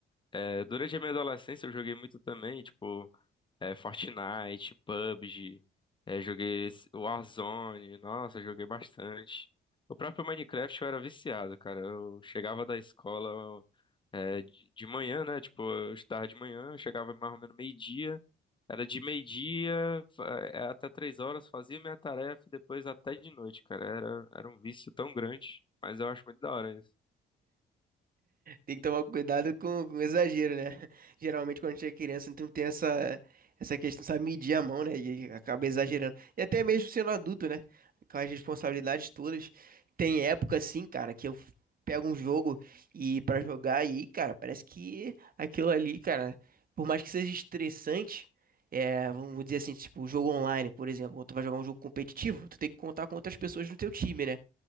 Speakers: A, on the left; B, on the right.
A: eh, durante a minha adolescência eu joguei muito também, tipo. É, Fortnite, PUBG, é, joguei esse- Warzone, nossa, joguei bastante. O próprio Minecraft eu era viciado, cara. Eu chegava da escola é, de de manhã, né? Tipo, eu estudava de manhã, eu chegava mais ou menos meio-dia. Era de meio-dia fa- é, até três horas, fazia minha tarefa e depois até de noite, cara. Era, era um vício tão grande, mas eu acho muito da hora isso.
B: Tem que tomar cuidado com, com exagero, né? Geralmente quando a gente é criança, então tem essa, essa questão, sabe, medir a mão, né? E acaba exagerando. E até mesmo sendo adulto, né? Com as responsabilidades todas. Tem época, assim, cara, que eu pego um jogo e para jogar, e aí, cara, parece que aquilo ali, cara, por mais que seja estressante, é, vamos dizer assim, tipo, jogo online, por exemplo, quando tu vai jogar um jogo competitivo, tu tem que contar com outras pessoas no teu time, né?